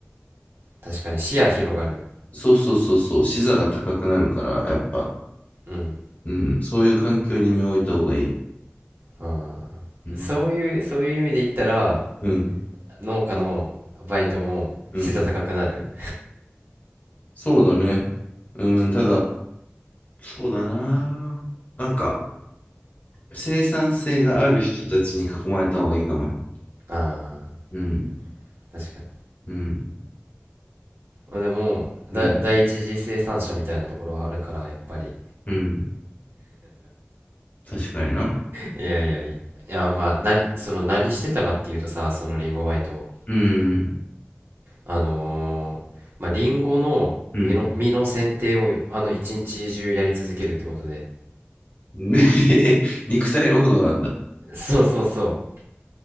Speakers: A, on the right; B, on the left.
A: ー、確かに視野広がる。
B: そうそうそうそう、視座が高くなるから、やっぱ、
A: うん。
B: うん、そういう環境に身を置いた方がいい。
A: あ
B: うん。
A: ーそういう、そういう意味で言ったら、
B: うん。
A: 農家のバイトも資座高くなる。
B: うん。そうだね。うん、ただ、そうだな。なんか、生産性がある人たちに囲まれた方がいいかもね。
A: ああ
B: うん。
A: 確かに。
B: うん。
A: でも、だ、
B: うん。
A: 第一次生産者みたいなところはあるから、やっぱり。
B: うん。確かにな。
A: いやいやいや。いや、まあ、何、その何してたかっていうとさ、そのリンゴバイト。
B: うん
A: あのーまあ、リンゴの実の、
B: うん。
A: 実の剪定を、あの、一日中やり続けるってことで。
B: ねえ、<laughs> ね肉体労働なんだ。
A: そうそうそう。